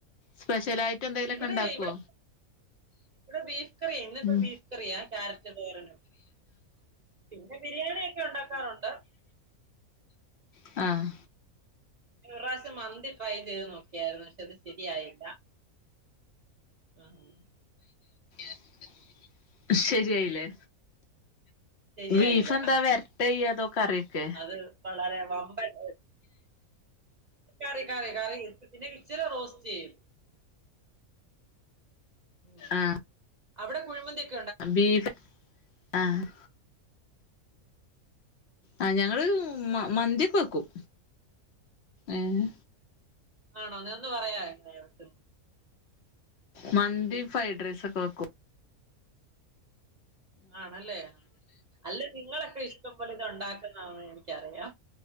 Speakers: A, on the left; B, on the right.
A: സ്പെഷ് ഷ്യലായിട്ടെന്തെലൊക്കെ
B: ഇവിടെ
A: ഇണ്ടാക്കോ
B: ഇവിടെ ഇവിടെ ബീഫ് കറിയാ ഇന്നിപ്പോ
A: ഉം
B: ബീഫ് കറിയാ ക്യാരറ്റ് തോരനും പിന്നെ ബിരിയാണി ഒക്കെ ഉണ്ടാക്കാറുണ്ട്
A: ആഹ് ആഹ്
B: ഏറാശം മന്തിട്ട് ട്രൈ ചെയ്ത് നോക്കിയാരുന്ന് ക്ഷെ അത് ശരിയായി <unintelligible>
A: <inaudible> ശെരിയായിലെ
B: ശരിയായില്ല
A: ബീഫെന്താ വെരട്ടയ്യ അതോ കറിയെക്കെ
B: അത് വളരെ വമ്പൻ കറി കറി കറി പിന്നെ വിച്ചരെ റോസ്റ്റെയ്യും ഉം
A: ആഹ്
B: അവിടെ കുഴുമന്തീക്
A: ബീഫ് ആഹ് ആഹ് ഞങ്ങള് മ മന്തിക്കെ വെക്കും. ഏഹ്
B: ആണോ നിന്ന് പറയാ <unintelligible>
A: മന്തി ഫൈഡ്രൈസ് ഒക്ക വെക്കും
B: ആണല്ലേ ആഹ് അല്ലേ നിങ്ങളക്കെ ഇഷ്ടം പൊലെ ഇതൊണ്ടാക്കുന്നാവേ ക്കറിയാം